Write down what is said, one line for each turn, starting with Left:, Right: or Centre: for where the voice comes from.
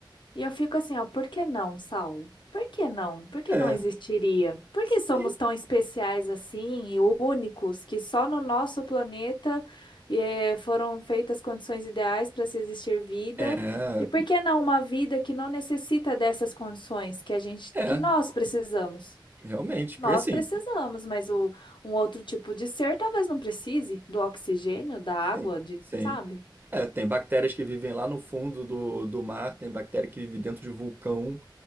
Left: E eu fico assim, ó, por que não, Saulo? Por que não? Por que
Right: é.
Left: não existiria? Por
Right: Sim.
Left: que somos tão especiais assim e únicos que só no nosso planeta eh, foram feitas condições ideais para se existir vida?
Right: É,
Left: E por que não uma vida que não necessita dessas condições que a gente,
Right: É,
Left: que nós precisamos?
Right: realmente,
Left: Nós
Right: porque assim,
Left: precisamos, mas o, um outro tipo de ser talvez não precise do oxigênio, da água,
Right: sim,
Left: de,
Right: sim.
Left: sabe?
Right: É, tem bactérias que vivem lá no fundo do, do mar, tem bactéria que vive dentro de vulcão.